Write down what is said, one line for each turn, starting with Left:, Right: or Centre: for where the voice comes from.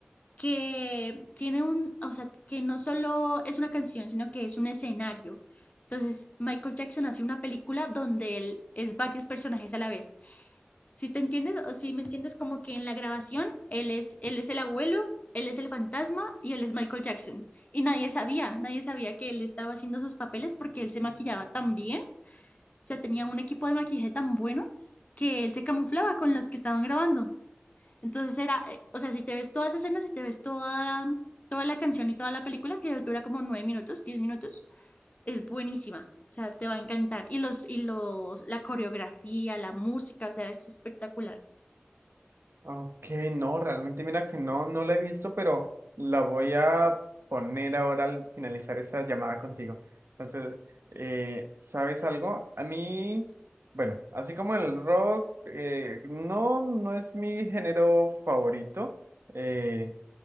Left: que tiene un, o sea, que no solo es una canción, sino que es un escenario. Entonces, Michael Jackson hace una película donde él es varios personajes a la vez. Si te entiendes o si me entiendes como que en la grabación él es él es el abuelo, él es el fantasma y él es Michael Jackson. Y nadie sabía, nadie sabía que él estaba haciendo sus papeles porque él se maquillaba tan bien, o sea, tenía un equipo de maquillaje tan bueno que él se camuflaba con los que estaban grabando. Entonces era, eh, o sea, si te ves todas esas escenas, si te ves toda, toda la canción y toda la película, que dura como nueve minutos, diez minutos, es buenísima. O sea, te va a encantar. Y los, y los, la coreografía, la música, o sea, es espectacular.
Right: Ok, no, realmente mira que no, no la he visto, pero la voy a poner ahora al finalizar esa llamada contigo. Entonces, eh, ¿sabes algo? A mí, bueno, así como el rock, eh, no, no es mi género favorito. eh,